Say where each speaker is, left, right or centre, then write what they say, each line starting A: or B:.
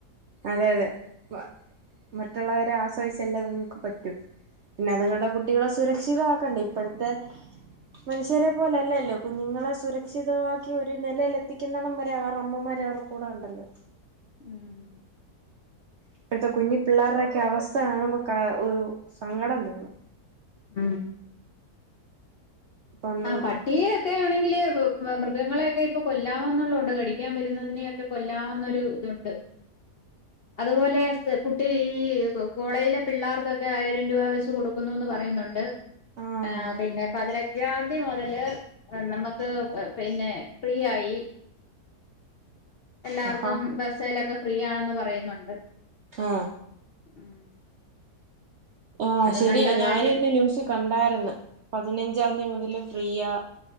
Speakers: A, on the right (about 70°); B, on the left (about 65°).
A: അതെ അതെ മ മറ്റുള്ളവരെ ആശ്രയിച്ചല്ലേ അതുങ്ങൾക്ക് പറ്റു പിന്നെ അതുങ്ങളുടെ കുട്ടികളെ സുരക്ഷിതമാക്കണ്ടേ ഇപ്പോഴത്തെ മനുഷ്യരെ പോലെല്ലല്ലോ കുഞ്ഞുങ്ങളെ സുരക്ഷിതമാക്കി ഒരു നിലേൽ എത്തിക്കുന്നടം വരെ അവരുടെ അമ്മമാര് അവരുടെ കൂടെ ഉണ്ടല്ലോ
B: ഉം
A: ഇപ്പോഴത്തെ കുഞ്ഞി പിള്ളേർടെ ഒക്കെ അവസ്ഥ കാണുമ്പോ കാ ഒരു സങ്കടം തോന്നും
B: ഉം
A: ഇപ്പം
B: ആ പട്ടിയെ ഒക്കെ ആണെങ്കില് മൃഗങ്ങളെയൊക്കെ ഇപ്പൊ കൊല്ലാവുന്നൊള്ളോണ്ട് കടിക്കാൻ വരുന്നതിനെയൊക്കെ കൊല്ലാവുന്നൊര് ഇതുണ്ട് അതുപോലെ കുട്ടി ഈ കോളേജിലെ പിള്ളേർ <unintelligible> ആയിരം രൂപ വെച്ച് കൊടു ക്കുന്നുന്ന് പറയുന്നുണ്ട്
A: ആഹ്
B: ആ പിന്നെ പതി ഞ്ചാംതി മുതല് നമുക്ക് പിന്നെ ഫ്രീ ആയി എല്ലാവർക്കും
A: ആഹാ
B: ബസ്സേലൊക്കെ ഫ്രീ ആണെന്ന് പറയുന്നുണ്ട്
A: ആ
B: ഉം
A: ആഹ്
B: അത്
A: ശരിയ
B: നല്ല
A: ഞാനിന്ന്
B: കാര്യം
A: ന്യൂസ് കണ്ടാരുന്ന് പതിനഞ്ചാം തീയതി മുതല് ഫ്രീയ